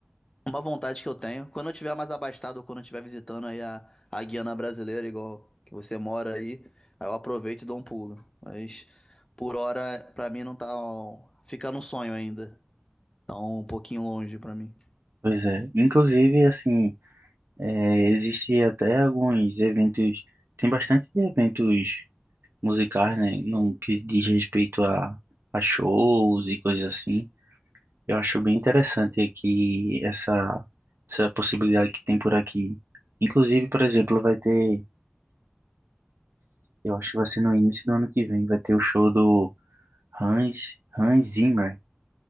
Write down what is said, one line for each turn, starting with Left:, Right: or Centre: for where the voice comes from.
Left: Uma vontade que eu tenho, quando eu tiver mais abastado ou quando eu estiver visitando aí a, a Guiana brasileira, igual que você mora aí, aí eu aproveito e dou um pulo. Mas por hora, pra mim não tá, ó, fica no sonho ainda. Então, um pouquinho longe pra mim.
Right: Pois é. Inclusive, assim, é, existe até alguns eventos. Tem bastante eventos musicais, né? No que diz respeito a, a shows e coisas assim. Eu acho bem interessante aqui essa, essa possibilidade que tem por aqui. Inclusive, por exemplo, vai ter, eu acho que vai ser no início do ano que vem, vai ter o show do Hans, Hans Zimmer.